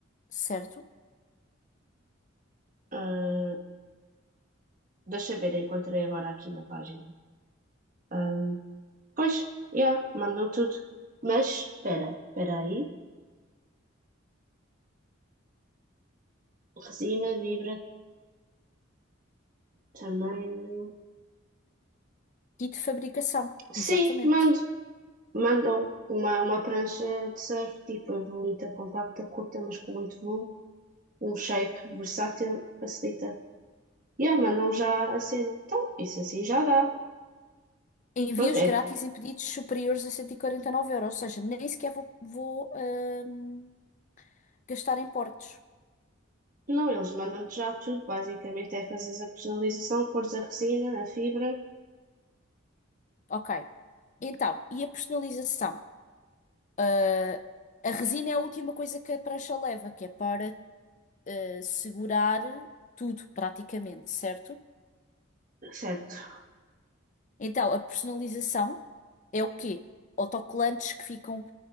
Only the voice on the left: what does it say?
certo?
Kit de fabricação.
Exatamente.
Envios
grátis em pedidos superiores a 149 euros. Ou seja, nem sequer vou, vou, ahm, gastar em portos.
Ok. Então, e a personalização? Ah, a resina é a última coisa que a prancha leva, que é para ah, segurar tudo, praticamente, certo?
Então, a personalização é o quê? Autocolantes que ficam